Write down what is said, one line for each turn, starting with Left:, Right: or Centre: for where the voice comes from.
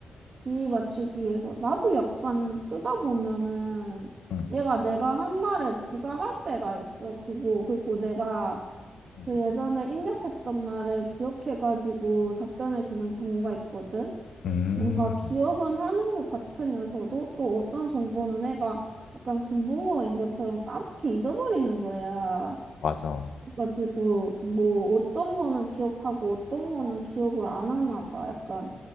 Right: 이 맞추기 위해서. 나도 약간 쓰다 보면은
Left: 응.
Right: 얘가 내가 한 말을 지가 할 때가 있어. 그거 그리고 내가
Left: 응.
Right: 그 예전에 입력했던 말을 기억해가지고 답변해 주는 경우가 있거든.
Left: 음,
Right: 뭔가 기억은 하는 것 같으면서도 또 어떤 정보는 애가 약간 금붕어인 것처럼 까맣게 잊어버리는 거야.
Left: 맞아.
Right: 그래가지고 뭐 어떤 거는 기억하고 어떤 거는 기억을 안 하나 봐. 약간